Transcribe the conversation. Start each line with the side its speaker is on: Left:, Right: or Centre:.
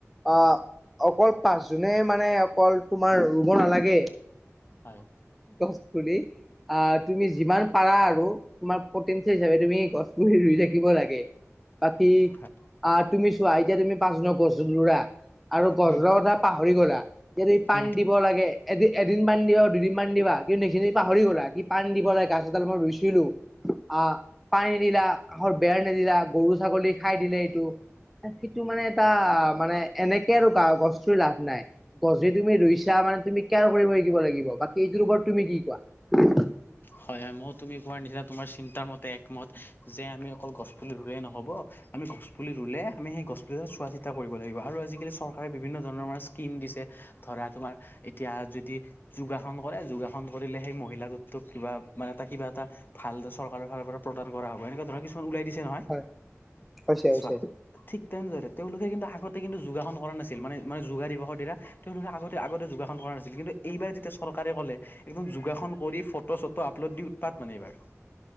Centre: অ' অকল পাঁচজুনেই মানে অকল তোমাৰ ৰুব নালাগে।
Left: অ'
Centre: গছ পুলি অ' তুমি যিমান পাৰা আৰু তোমাৰ প্ৰতিনিধি হিচাপে তুমি গছ পুলি ৰুই থাকিব লাগে। বাকী
Left: হয়
Centre: অ' তুমি চোৱা এতিয়া তুমি পাঁচজুনত গছ ৰুলা আৰু গছডালৰ
Left: উম
Centre: কথা পাহৰি গ'লা ইয়াত যদি পানী
Left: উম
Centre: দি দিব লাগে এদিন মান দিবা দুদিন মান দিবা কিন্তু এই খিনি পাহৰি গ'লা, কি পানী দিব লাগে গাছ এডাল মই ৰুইছিলো। অ' পানীদিলা কাষৰ বেৰ নিদিলা গৰু ছাগলী খাই দিলে এইটো। সেইটো মানে এটা মানে এনেকে আৰু গ গছ ৰুই লাভ নাই। গছ তুমি ৰুইছা মানে তুমি কেয়াৰ কৰিব শিকিব লাগিব, বাকী সেইটোৰ ওপৰত তুমি কি কোৱা?
Left: হয় হয় মই তুমি কোৱাৰ নিচিনা তোমাৰ চিন্তাৰ মতে একমত, যে আমি অকল গছ পুলি ৰুলেই নহব। আমি গছপুলি ৰুলে আমি সেই গছপুলি চোৱা চিতা কৰিব লাগিব, আৰু আজিকালি চৰকাৰে বিভিন্ন ধৰণৰ আমাৰ স্কিম দিছে। ধৰা তোমাৰ এতিয়া যদি যোগাসন কৰা, যোগাসন কৰিলে সেই মহিলা গোটটোক কিবা মানে এটা কিবা এটা ভাল এটা চৰকাৰৰ ফালৰ পৰা প্ৰদান কৰা হ'ব, এনেকুৱা ধৰণৰ কিছু ন ওলাই দিছে নহয়।
Centre: হয় হৈছে হৈছে
Left: চোৱা ঠিক তেনেদৰে তেওঁলোকে কিন্তু আগতে কিন্তু যোগাসন কৰা নাছিল। মানে মানে যোগা দিৱসৰ দিনা তেওঁলোকে আগতে আগতে যোগাসন কৰা না ছিল কিন্তু এইবাৰ যেতিয়া চৰকাৰে ক'লে একদম যোগাসন কৰি ফটো চটো আপলোড দি উৎপাত মানে এইবাৰ।